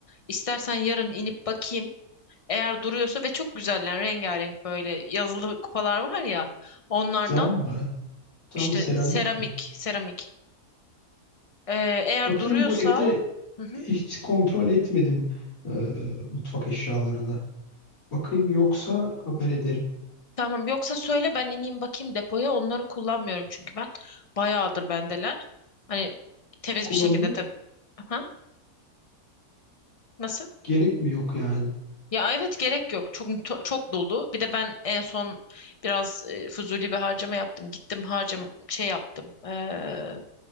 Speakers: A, on the left; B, on the left.
A: İstersen yarın inip bakayım. Eğer duruyorsa ve çok güzeller rengarenk böyle yazılı kupalar var ya onlardan
B: Cam mı? Cam
A: işte
B: mı seramik
A: seramik
B: mi?
A: seramik. Ee, eğer
B: Bakayım
A: duruyorsa
B: bu evde
A: hı hı,
B: hiç kontrol etmedim e, mutfak eşyalarını. Bakayım yoksa haber ederim.
A: tamam yoksa söyle ben ineyim bakayım depoya onları kullanmıyorum çünkü ben bayağıdır bendeler. Hani temiz
B: Kullanmıyor.
A: bir şekilde tabii. Aha, nasıl?
B: Gerek mi yok yani?
A: Ya evet gerek yok. Çok çok dolu. Bir de ben en son biraz e, fuzuli bir harcama yaptım. Gittim harcam şey yaptım. Eee,